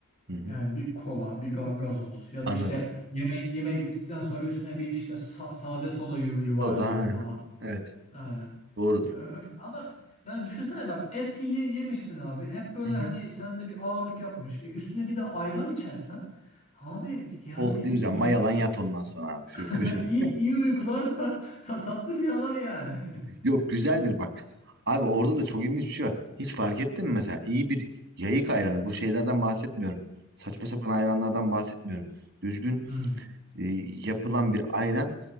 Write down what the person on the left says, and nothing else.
Yani bir kola, bir ga- gazoz ya da
işte yemek yemek bittikten sonra üstüne bir işte sa- sade soda yu- yuvarlayayım
falan.
Aynen.
Ee, Öyle. Ama yani düşünsene bak et ye- yemişsin abi. Hep böyle
hani sende bir ağırlık yapmış. E, üstüne bir de ayran içersen abi yani
iyi,
<laughs>
iyi, iyi uykular ta, ta- tatlı rüyalar yani. <laughs>
Hmm.